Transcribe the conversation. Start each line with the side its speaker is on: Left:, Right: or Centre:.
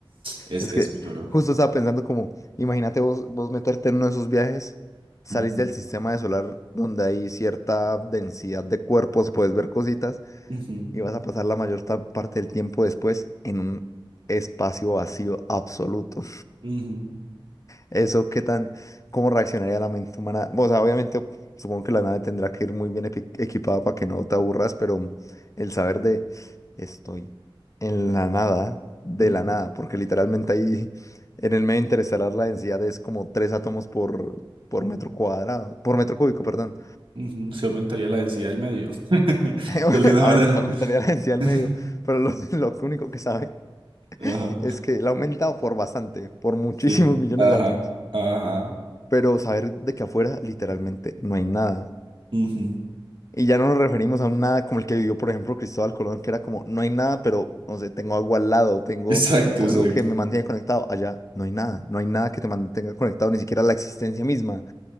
Right: es,
Left: Es
Right: es
Left: que
Right: muy duro.
Left: justo estaba pensando como, imagínate vos, vos meterte en uno de esos viajes, salís
Right: Ujú,
Left: del sistema de solar donde hay cierta densidad de cuerpos, puedes ver cositas
Right: ujú,
Left: y vas a pasar la mayor ta- parte del tiempo después en un espacio vacío absoluto.
Right: ujú,
Left: Eso, ¿qué tan, cómo reaccionaría la mente humana? O sea, obviamente, supongo que la nave tendrá que ir muy bien epi- equipada para que no te aburras, pero el saber de estoy en la nada, de
Right: ujú,
Left: la nada, porque literalmente ahí en el medio interestelar la densidad es como tres átomos por, por
Right: ujú,
Left: metro cuadrado, por metro cúbico, perdón.
Right: ujú. Se aumentaría la densidad del medio. <laughs>
Left: <laughs>
Right: De alguna
Left: A
Right: manera.
Left: ver, usted aumentaría la densidad al
Right: <laughs>
Left: medio, pero lo, <laughs> lo único que sabe
Right: Ajá,
Left: es que la ha aumentado por bastante, por muchísimos
Right: sí.
Left: millones
Right: Ajá,
Left: de átomos.
Right: ajá.
Left: Pero saber de que afuera literalmente no hay nada.
Right: ujú.
Left: Y ya no nos referimos a un nada como el que vivió, por ejemplo, Cristóbal Colón, que era como, no hay nada, pero, no sé, tengo agua al lado, tengo
Right: Exacto,
Left: algo
Right: exacto.
Left: que me mantiene conectado. Allá no hay nada, no hay nada que te mantenga conectado, ni siquiera la existencia misma.